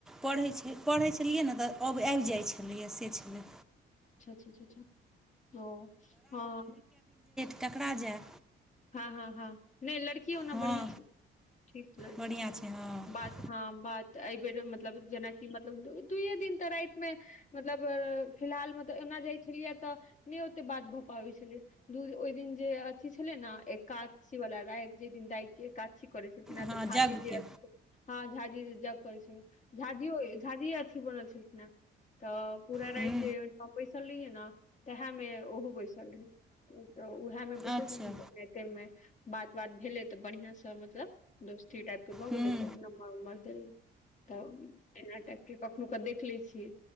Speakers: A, in the centre; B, on the left.
A: पढ़ै छै पढ़ै छलियै ने तऽ अब जाइब जाइ छलैया से छलै
B: अचा अच्छा अच्छा ओ हँ
A: केकरा जाय
B: हँ हँ हँ नहि लड़की की ओना
A: हँ
B: बढ़िया छी ठीक लड़की
A: बढ़िआँ
B: छलै
A: छै हँ
B: बात हा बात तऽ एहिबेर मतलब जेनाकि मतलब दुूइए दिन तऽ राति मे मतलब फिलहाल मतलब जाइ छलियै तऽ नहि ओते बात भऽ पाबै छलै द ओहि दिन जे अथी छले ने एका वाला राय जे दिन दाय एकाछिी कर करैछलखिन ए
A: हँ
B: तऽ झाझि
A: यज्ञके
B: द हँ झाझि ज करै छै झा जी बनल छलखिन ने तऽ पूरा
A: हुँ
B: राति जे बैसल रहिये ने तेहा मे ओहो बैसल रहै मे विशेषै
A: अच्छा
B: बात बात भेलै तऽ बढ़िआं से मतलब दोस्ती टाइप के भऽ
A: हुँ
B: गेलै तऽ ओ नम्बर उम्र देलै तब एनाट कखनहु क देख लै छियै